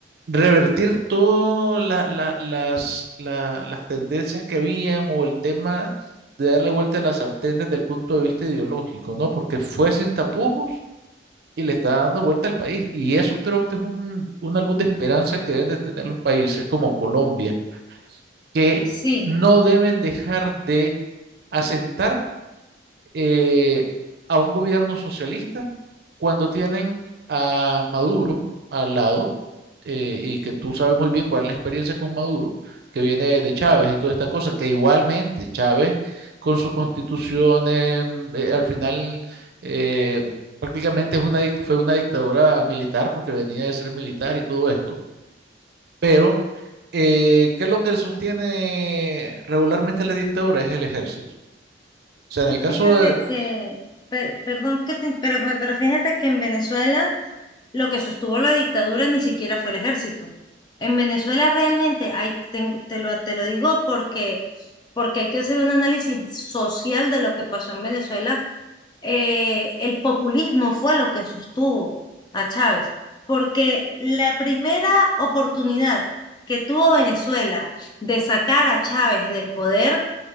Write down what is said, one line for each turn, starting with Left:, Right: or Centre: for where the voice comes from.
Right: revertir todas la- la- las, la- las tendencias que habían o el tema de darle vuelta a la sartén desde el punto de vista ideológico, ¿no? Porque fue sin tapujos y le está dando vuelta al país. Y eso creo que es un- una luz de esperanza que deben de tener los países como Colombia, que
Left: sí.
Right: no deben dejar de asentar eh, a un gobierno socialista cuando tienen a Maduro al lado, eh, y que tú sabes muy bien cuál es la experiencia con Maduro, que viene de Chávez y toda esta cosa, que igualmente Chávez con su constitución eh, eh, al final eh, prácticamente es una, dic- fue una dictadura militar porque venía de ser militar y todo esto, pero eh, ¿qué es lo que sostiene regularmente la dictadura? Es el ejército. O sea, en el caso
Left: Fíjate
Right: de
Left: que, per- perdón, que te- pero, pero fíjate que en Venezuela lo que sostuvo la dictadura ni siquiera fue el ejército. En Venezuela realmente hay, ten- te, lo, te lo digo porque, porque hay que hacer un análisis social de lo que pasó en Venezuela. Eh, el populismo fue lo que sostuvo a Chávez, porque la primera oportunidad que tuvo Venezuela de sacar a Chávez del poder